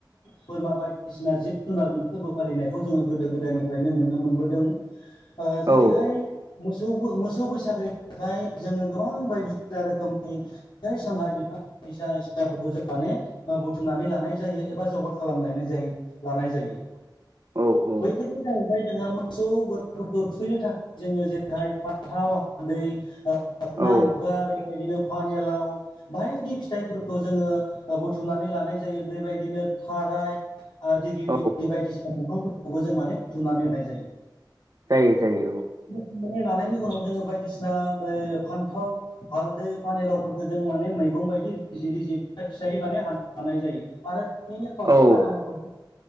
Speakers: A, on the left; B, on the right.
A: बोरमा बायदिसिना जिब जुनारनि फोरबो फालिनायखौ जोङो गोदो गोदायनिफ्राय नो नुनो मोनबोदों ओ जेरैहाय
B: औ
A: मोसौ मोसौ बैसागोनि थाखाय जोङो गोबां बायदिसिना रोखोमनि फिथाइ सामथाइ बिफां फिसाफोरखौ जों माने बुथुमनानै लानाय जायो एबा जगर खालामलायनाय जायो लानाय जायो
B: औ औ
A: बैफोरनि बेनिफ्राय जोंहा मोसौ बोराफोरखौ थुखैनो थाखाय जोङो जेरैहाय फान्थाव हालदै लोखना
B: औ
A: बिबार बेबायदिनो फानिलाव बायदि फिथाइफोरखौ जोङो बुथुमनानै लानाय जायो बेबायदिनो थाराय आरो दिग्लिलि
B: औ
A: बायदिसिना दंफांफोरखौबो जों माने बुथुमनानै होनाय जायो
B: जायो जायो औ
A: बुथमनानै लानायनि उनाव जोङो बायदिसिना जों फान्थाव हालदै फानिलावफोरखौ जों माने मैगं बायदि रिजि रिजि फिसायै माने हानाय जायो आरो बिनि खावसे
B: औ
A: बाहागोखौ